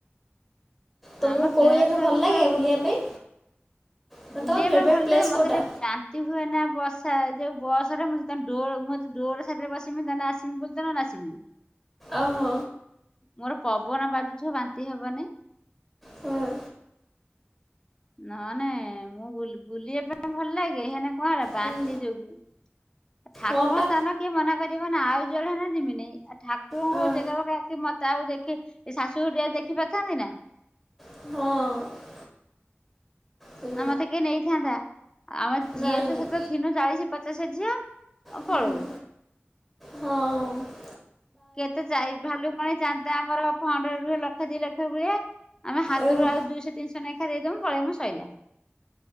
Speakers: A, in the centre; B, on the left.
A: ତମକୁ
B: ଆମ
A: କୋଉ
B: କେଉଁଝର
A: ଜାଗା ଭଲ ଲାଗେ
B: ଛୁଆ ବହୁତ
A: ବୁଲିବା ପାଇଁ? ମାନେ
B: ବୁଲିବା
A: ତୁମ ଫେଭରେଟ୍
B: ପାଇଁ
A: ପ୍ଲେସ୍
B: ଭଲ ମତେ
A: କେଉଁଟା
B: ଟିକେ ବାନ୍ତି ହୁଏ ନା ବସା ଯୋଉ ବସରେ ମୁଁ ଯଦି ଡୋ ଡୋର ସାଇଡ଼ରେ ବସିବି ତାହେଲେ ଆସି। <unintelligible>
A: ଓଃ।
B: ମୋର ପବନ ବାଜୁଥିବ ବାନ୍ତି ହବନି।
A: ହଁ
B: ନହନେ ମୁଁ ବୁଲି ବୁଲିବା ପାଇଁ ଭଲ ଲାଗେ ହେଇନ କଣ ହେଲା ବାନ୍ତି
A: ହୁଁ
B: ଯୋଗୁ ଠାକୁଅ
A: ହଁ ପା
B: ସ୍ଥାନ କିଏ ମନା କରିବ ନା ଆଉ ଯୁଆଡ଼େ ହେଲେ ଯିବିନି ଆଉ ଠାକୁରଙ୍କୁ
A: ହଁ
B: ଜାଗା ମତେ ଆଉ ଦେଖି ଏ ଶାଶୁ ଘର ଟି ଆଉ ଦେଖି ପାରିଥାନ୍ତି ନା?
A: ହଁ। ହୁଁ।
B: ନା ମତେ କିଏ ନେଇଥାନ୍ତା ଆମେ
A: ନାଇଁ
B: ଝିଅ ତ
A: ନାଇଁ
B: ସେତେବେଳେ ଥିଲୁ ଚାଳିଶ ପଚାଶ ଝିଅ ଆଉ
A: ହୁଁ
B: ପଳଉ।
A: ହଁ ହଁ।
B: କେତେ ଚାହି ଭାଲୁକାଣୀ ଚାନ୍ଦା ଆମର ଫଣ୍ଡ ରୁହେ ଲକ୍ଷେ ଦି ଲକ୍ଷ ଭଳିଆ ଆମ ହାତରୁ
A: ଏ ଓହୋ
B: ଆଉ ଦୁଇଶହ ତିିନିଶ ନେଖା ଦେଇଦବୁ ପଳେଇବୁ ଶଇଲା।